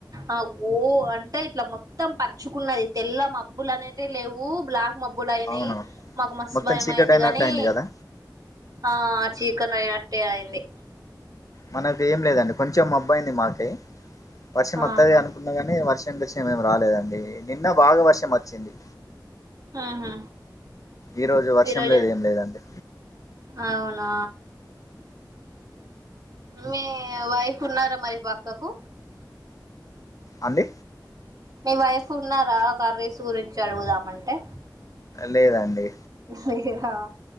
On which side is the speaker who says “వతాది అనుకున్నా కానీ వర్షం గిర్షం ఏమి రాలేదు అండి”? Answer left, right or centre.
Left